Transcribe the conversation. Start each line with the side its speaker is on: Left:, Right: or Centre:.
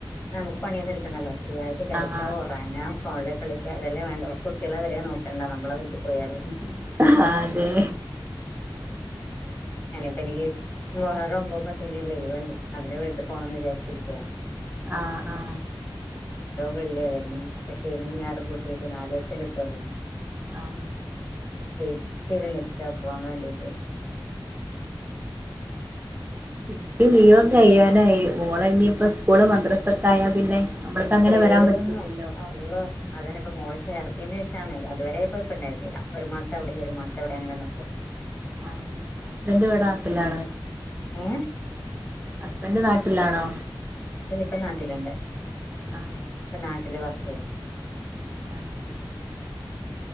Left: നമുക്ക് പണിയൊന്നും എടുക്കണ്ടല്ലോ ഫ്രീആയിട്ട് കിടക്കാ
Right: ആഹ്
Left: ഉറങ്ങാം ഫോണ ണിൽ കളിക്ക അതല്ലേ വേണ്ടു കുട്ടികളെ വരെ നോക്കണ്ട നമ്മ <inaudible>
Right: ആ അതെ
Left: ഞാനിപ്പോ എനിക്ക് മുഹറം പോകുമ്പത്തെക്ക്‌ ഒരു ലീവ് ഉണ്ട് അതിന് വീട്ടിൽ പോണം എന്ന് വിചാരിച്ചിരിക്കാ
Right: ആ ആ
Left: വെള്ളിയവരുന്നത് അപ്പ ശനിയും ഞായറും കൂട്ടീട്ട് നാല് ദിവസം കിട്ടുമല്ലോ
Right: ആ
Left: വെയിറ്റ് ചെയ്ത് നിൽക്കുവാ പോവാൻ വേണ്ടിട്ട്
Right: ഇക്ക് ലീവൊക്കെ കയ്യാനായി മോളെ ഇനിയിപ്പ സ്കൂളും മദ്രസാെക്കെ ആയാ പിന്നെ നമ്മൾക്ക് അങ്ങനെ
Left: തീർന്നു
Right: വരാൻ പറ്റൂലല്ലോ
Left: അള്ളാേ അതന്നെപ്പൊ മോളെ ചേർ ത്ത്യേനേഷാണ് അതുവരെ കൊഴപ്പണ്ടായ്ര്ന്നീലാ ഒരു മാസം അവ്ടെയും ഒരു മാസം ഇവ്ടി അങ്ങനെ ന്ക്കും
Right: അ ഹസ്ബൻ്റ് വടാട്ട്ലാണോ
Left: ഏ
Right: ഹസ്ബൻ്റ് നാട്ട്ലാണോ?
Left: ഇപ്പം നാട്ടില്ണ്ട്
Right: ആഹ്
Left: നാട്ടില് വർക്കെയ്യ്ന്ന്
Right: <unintelligible>